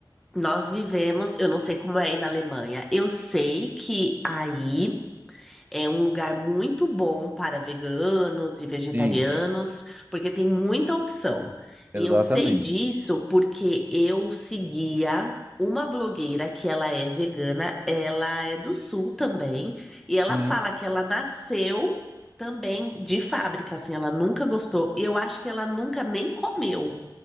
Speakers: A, in the centre; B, on the right.
A: nós vivemos, eu não sei como é aí na Alemanha, eu sei que aí é um lugar muito bom para veganos e vegetarianos,
B: Sim,
A: porque tem muita opção.
B: exatamente.
A: E eu sei disso porque eu seguia. Uma blogueira que ela é vegana, ela é do sul também, e ela
B: Hum.
A: fala que ela nasceu também de fábrica, assim, ela nunca gostou. Eu acho que ela nunca nem comeu